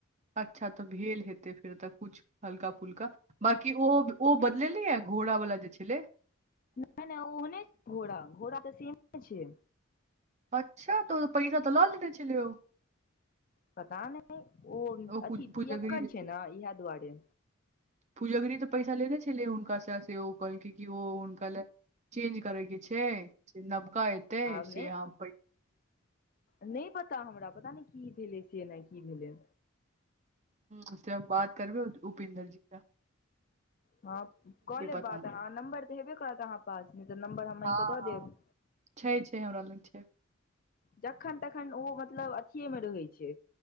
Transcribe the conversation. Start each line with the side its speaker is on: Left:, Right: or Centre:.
Right: अच्छा तऽ भेल हेतै फेर तऽ कुछ हल्का फुल्का बाकी ओ ओ बदलेली हे घोड़ा वाला जे छलैय
Left: ने ने ओहने छै घोड़ा घोड़ा तऽ सेमे छै
Right: अच्छा तोहर पैसा तऽ लऽ लेने छले ओ
Left: पता नहि ओ
Right: पू-
Left: अथी
Right: पूजगरी
Left: पियकर
Right: जे
Left: छै ने इहा दुआरे
Right: पुजगरी त पैसा लेने छलै हुनका सँ से ओ कहलकै कि ओ हुनका लए चेंज करय के छै से नवका एतै
Left: आब
Right: से
Left: नहि
Right: हम
Left: नहि पता हमरा पता नहि की भेलै से नहि की भेलै
Right: उ से हम बात करबे उपेन्दर जी क
Left: हाँ कऽ लेब
Right: पता
Left: बात
Right: नहि
Left: अहाँ नम्बर तऽ हेबे करत अहाँ पास तऽ नम्बर हम मैंग
Right: हँ
Left: क दऽ
Right: हँ
Left: देब
Right: छै छै हमरा लग छै
Left: जखन तखन ओ मतलब अथिए मे रहै छै